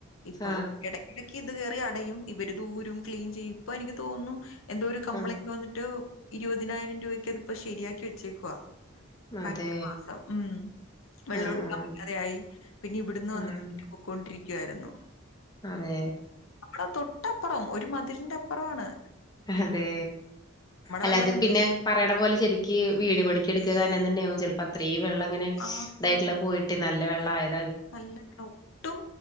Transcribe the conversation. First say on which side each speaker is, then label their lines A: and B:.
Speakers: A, on the left; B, on the left.
A: ഇപ്പൊ
B: ആഹ്
A: എട ടക്ക് ഇത് കേറി അടയും ഇവര് ഇദൂരും ക്ലീൻ ചെയ്യും ഇപ്പൊ എനിക്ക് തോന്നുന്നു എന്തോ ഒരു കംപ്ലൈന്റ്
B: ആഹ്.
A: വന്നിട്ട് ഇരുപതിനായിരം രൂപയ്ക്ക് അതിപ്പോ ശരിയാക്കി വച്ചേക്കു വ കഴിഞ്ഞ
B: അതെ.
A: മാസം ഉം വെള്ളടുക്കാൻ
B: ആഹ്
A: പറ്റാതെ ആയി. പിന്നെ ഇവിടുന്ന്
B: ആഹ്.
A: വന്ന <unintelligible> ക്കുവായിരുന്നു
B: അതെ
A: അ തൊട്ടപ്പുറം ഒരു മതിലിന്റെ അപ്പുറാണ്
B: അതെ അല്ലത്
A: വെള്ളം കണ്ടിട്ട്
B: പിന്നെ പറയണ പോലെ ശരിക്ക് വീട് പണി എടുക്ക കാരണം തന്നെയാവും ചിലപ്പോ അത്രയും വെള്ളം അങ്ങനെ
A: ആ
B: ഇതായിട്ടുള്ള
A: ആ
B: പോയിട്ട് നല്ല വെള്ള ആ
A: നല്ല ഒട്ടും